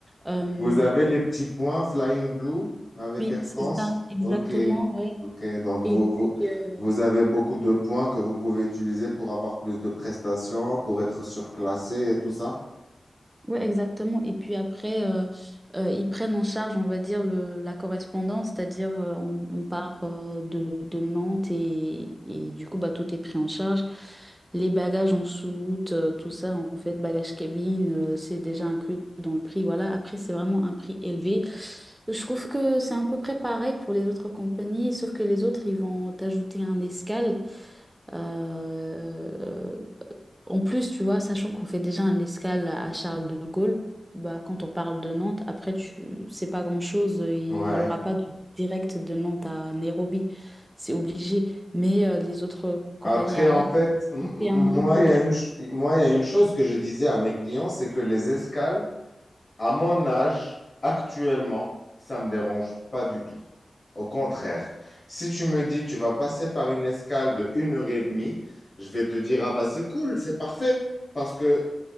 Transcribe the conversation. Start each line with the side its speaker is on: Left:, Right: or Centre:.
Right: euh,
Left: Vous avez les petits points Flying Blue avec
Right: oui,
Left: Air
Right: c'est
Left: France?
Right: ça, exactement,
Left: Ok,
Right: ouais.
Left: ok. Donc, vous,
Right: Et
Left: vous,
Right: puis, euh,
Left: vous avez beaucoup de points que vous pouvez utiliser pour avoir plus de prestations, pour être surclassé et tout ça?
Right: Ouais, exactement. Et puis après, euh, euh, ils prennent en charge, on va dire, le, la correspondance, c'est-à-dire euh, on, on part euh, de, de Nantes et, et du coup, bah, tout est pris en charge. Les bagages en soute, euh, tout ça, en fait, bagages cabine, euh, c'est déjà inclus dans le prix. Voilà. Après, c'est vraiment un prix élevé. Je trouve que c'est à peu près pareil pour les autres compagnies, sauf que les autres, ils vont t'ajouter un escale. Euh, en plus, tu vois, sachant qu'on fait déjà un escale à Charles de Gaulle, bah, quand on parle de Nantes, après, tu c'est pas grand-chose. euh, Il
Left: Ouais.
Right: y aura pas de direct de Nantes à Nairobi. C'est obligé. Mais euh, les autres compagnies
Left: Après,
Right: aériennes,
Left: en fait, m-
Right: c'était
Left: m- moi,
Right: un, une autre.
Left: il y a une, ch- moi, il y a une chose que je disais à mes clients, c'est que les escales, à mon âge, actuellement, ça me dérange pas du tout. Au contraire, si tu me dis, tu vas passer par une escale de une heure et demie, je vais te dire, ah bah c'est cool, c'est parfait, parce que